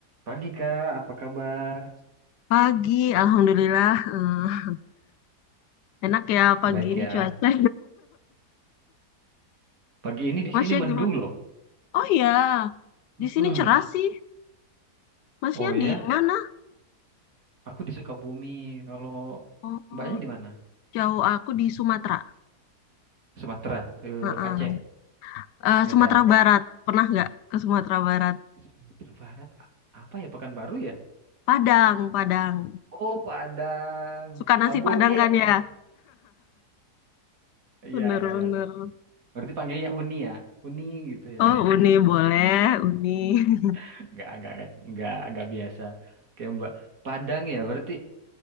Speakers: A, on the right; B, on the left.
A: Pagi Kak, apa kabar?
B: Pagi, alhamdulillah. eh, enak ya pagi
A: Baik
B: ini
A: ya.
B: cuaca.
A: Pagi
B: <laughs>
A: ini di
B: Masnya
A: sini mendung
B: gimana?
A: loh.
B: Oh iya,
A: Mm-mm.
B: di sini cerah sih. Masnya
A: Oh ya,
B: di mana?
A: aku di Sukabumi. Kalau
B: Oh,
A: Mbaknya di mana?
B: jauh aku di Sumatera.
A: Sumatera, eh,
B: Heeh.
A: Aceh,
B: Eh,
A: Medan.
B: Sumatera Barat. Pernah nggak ke Sumatera Barat?
A: Sumatera Barat, a- apa ya Pekanbaru ya?
B: Padang, Padang.
A: Oh, Padang,
B: Suka nasi
A: Tamboce.
B: Padang kan ya?
A: Iya,
B: Bener-bener.
A: iya. Berarti panggilnya Uni ya. Uni gitu ya.
B: Oh, Uni boleh, Uni. <laughs>
A: <laughs> Enggak, enggak, enggak, enggak, enggak biasa. Kayak Mbak. Padang ya, berarti